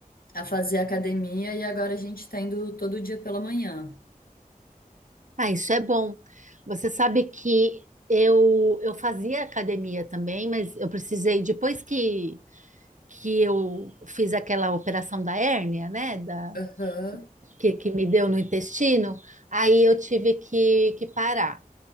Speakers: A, on the left; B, on the right.
A: a fazer academia e agora a gente tá indo todo dia pela manhã.
B: Ah, isso é bom. Você sabe que eu eu fazia academia também, mas eu precisei depois que que eu fiz aquela operação da hérnia, né, da
A: Aham.
B: que, que me deu no intestino, aí eu tive que que parar.